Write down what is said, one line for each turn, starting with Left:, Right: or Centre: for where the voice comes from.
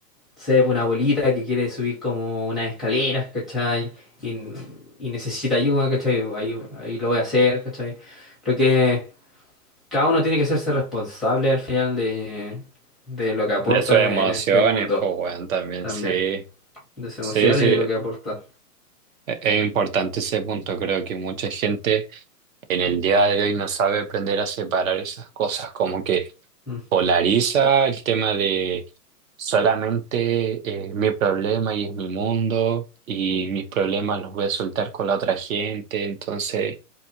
Centre: se ve una abuelita que quiere subir como unas escaleras, ¿cachai? Y, y necesita ayuda, ¿cachai? Ahí, ahí lo voy a hacer, ¿cachai? Lo que cada uno tiene que hacerse responsable al final de, de lo que aporta
Right: De sus emociones,
Centre: en este mundo
Right: pues, bueno, también,
Centre: también,
Right: sí.
Centre: de sus
Right: Sí,
Centre: emociones
Right: sí.
Centre: y de lo que aporta.
Right: E- Es importante ese punto, creo que mucha gente en el día de hoy no sabe aprender a separar esas cosas, como que
Centre: Mm,
Right: polariza el tema de solamente es mi problema y es mi mundo y mis problemas los voy a soltar con la otra gente, entonces